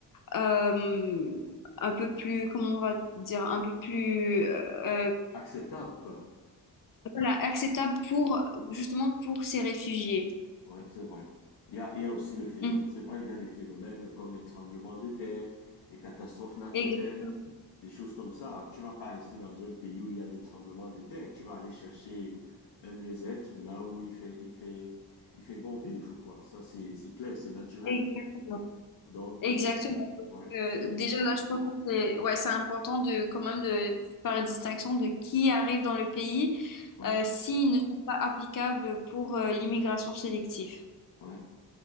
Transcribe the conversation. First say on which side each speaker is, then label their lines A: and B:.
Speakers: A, on the left; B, on the left.
A: euh, un peu plus, comment on va dire, un peu plus, euh,
B: acceptables, quoi.
A: voilà, acceptable pour, justement, pour ces réfugiés.
B: Ouais, c'est vrai. Il y a, il y a aussi le phénomène,
A: Mhm.
B: c'est vrai, il y a des phénomènes comme les tremblements de terre, les catastrophes naturelles,
A: Exactement.
B: des choses comme ça. Tu vas pas rester dans un pays où il y a des tremblements de terre. Tu vas aller chercher un mieux-être là où il fait, il fait, il fait bon vivre, quoi. Ça, c'est, c'est clair, c'est naturel.
A: Exactement.
B: Donc,
A: Exactement.
B: euh, ouais,
A: Euh,
B: je suis,
A: déjà là, je pense que c'est, ouais, c'est important de, quand même, de faire la distinction de qui arrive dans le pays,
B: ouais,
A: euh, s'ils ne sont pas applicables pour, euh, l'immigration sélective.
B: ouais.